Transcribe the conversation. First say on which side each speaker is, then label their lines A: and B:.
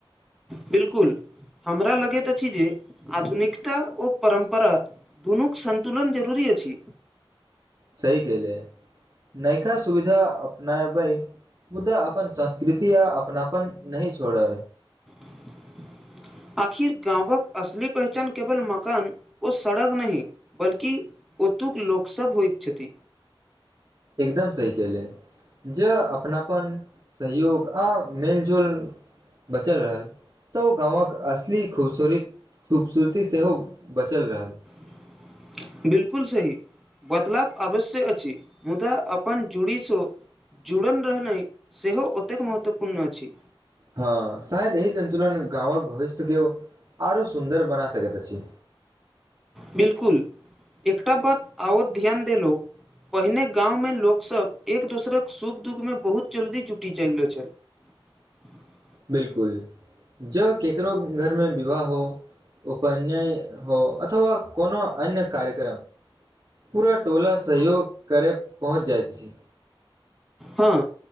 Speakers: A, in the centre; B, on the right (about 40°).
A: बिल्कुल हमरा लगैत अछि जे आधुनिक ता ओ परम्परा दुनूक संन्तुलन जरूरी अछि
B: सही कले नयका सुविधा अपनायबै मुद्दा अपन संस्कृति आ अपनापन नहि छोड़ल
A: <unintelligible> आखिर गाँंवक असली पहचान केवल मकान व सड़क नहि बल्कि ओतुक लोक सब होइ छथिन
B: एकदम सही केहले जे अपनापन सहयोग आ मेलजोल बचल रहल तऽ ओ गामक असली खूबसूरीत खूबसूरती सेहो बचल रहल
A: <unintelligible> बिल्कुल सही बदलाव अवश्य अछि मुदा अपन जुड़ीसँ जुड़ल रहनाइ सेहो ओतेक महत्वपूर्ण अछि
B: हँ शायद यही सन्तुलन गाँवक भविष्यके आरो सुन्दर बना सकैत अछि
A: बिल्कुल एकटा बाद आओर ध्यान देलोअ पहिने गाममे लोकसभ एक दोसरक सुख दुखमे बहुत जल्दी जुटि चलि गेल छल <unintelligible>
B: बिल्कुल जब केकरो घरमे विवाह हो उपन्याय हो अथवा कोनो अन्य कार्यक्रम पूरा टोला सहयोग करे पहुँच जाइत छि
A: हँ